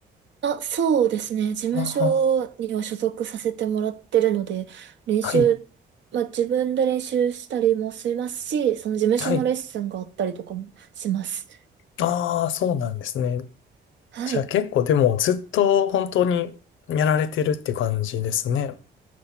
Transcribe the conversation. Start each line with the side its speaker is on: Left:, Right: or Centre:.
Right: あ、そうですね。事務所には所属させてもらってるので、
Left: あは、
Right: 練習、
Left: はい、
Right: まあ自分で練習したりもしますし、その事務所のレッスンがあったりとかもします。
Left: はい。ああ、そうなんですね。
Right: はい。
Left: じゃあ結構でもずっと本当にやられてるって感じですね。